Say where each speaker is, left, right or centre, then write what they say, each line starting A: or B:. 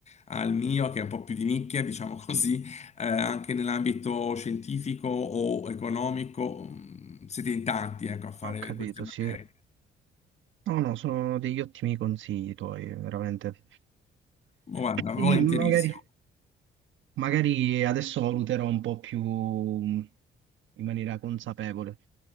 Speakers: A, on the left; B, on the right.
A: al mio, che è un po' più di nicchia, diciamo così, eh, anche nell'ambito scientifico o economico, mh, siete in tanti, ecco, a fare
B: ho capito,
A: queste materie.
B: sì. No, no, sono degli ottimi consigli tuoi, veramente.
A: Oh, Guarda,
B: <clears throat>
A: volentierissimo.
B: Mm, Magari, magari adesso valuterò un po' più mh, in maniera consapevole.